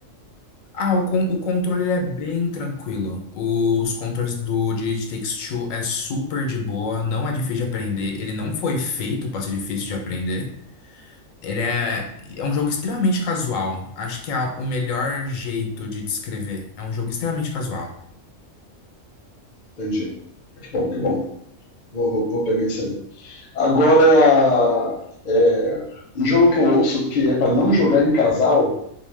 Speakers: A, on the left; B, on the left.
A: Ah, o, con o controle ele é bem tranquilo. Os controles do de It Takes Two é super de boa, não é difícil de aprender. Ele não foi feito para ser difícil de aprender. Ele é, é um jogo extremamente casual. Acho que é o melhor jeito de descrever. É um jogo extremamente casual.
B: Entendi. Que bom, que bom. Vou, vou, vou pegar isso aí. Agora, é, um jogo que eu ouço que é pra não jogar em casal